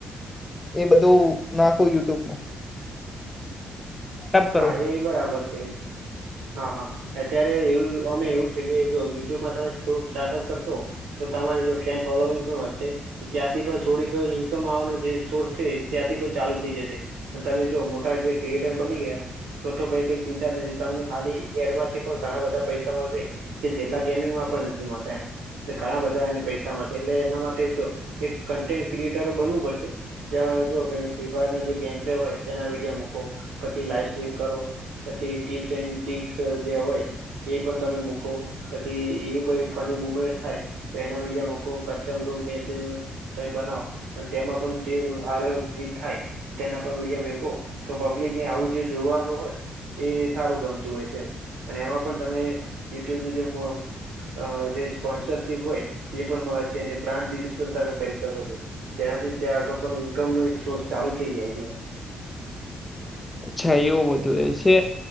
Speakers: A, on the left (about 20°); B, on the right (about 85°).
A: એ બધું નાખું યુટ્યુબ માં કરું.
B: હા એ બરાબર છે. હા હા અત્યારે એવું અમે એવું છે કે જો યુટ્યુબમાં તમે સ્ટાર્ટઅપ કરશો. તો તમારી જો ફેન ફોલોંગ પણ વધશે. ત્યાંથી પણ થોડીક ઈન્કમ આવવાનો જે સોર્સ છે, ત્યાંથી પણ ચાલુ થઈ જશે. અને તમે જોઓ મોટા જે ક્રિએટર બની ગયા. તો તો ભઈ કઈ ચિંતા નથી તમને ખાલી એડમાંથી પણ ઘણા બધા પૈસા મળશે. જેટલા ગેમિંગમાં પણ નથી મળતા એમ ઘણા બધા એને પૈસા પૈસામાં એટલે એના માટે જો એક કન્ટેન્ટ ક્રિએટરો બનવું પડશે. ત્યા જોુ કે ફ્રી ફાયર ના જે ગેમ પ્લે હોય તેના વિડીયો મુકો પછી લાઈફ કરો પછી ટીપ્સ એ ટ જે હોય. એ પણ તમે મૂકો પછી એવી કોઈ ફની મુમેન્ટ થાય. તો એના વિડમ કસ્ટમ રૂમ મેસે-' ત બનાવો અને તેમાં પણ જે હાર જે થાય. તેના પર મીડિયા મેખો તો પબ્લિક ને આવું જે જોવાનું હોય. એ સારું ગમતું હોય છે અને એમાં પણ તમે યુટ્યુબ નું જે અ જે સ્પોન્સરશીપ હોય તે પણ મળ છે અને બ્રાન્ડિ પણ તમે કરી શકો છો. જેનાથી ત્યાં આગળ ઈન્કમ નો એક સોર્સ ચાલુ થઈ જાય છે.
A: અચ્છા એવું બધું એ છે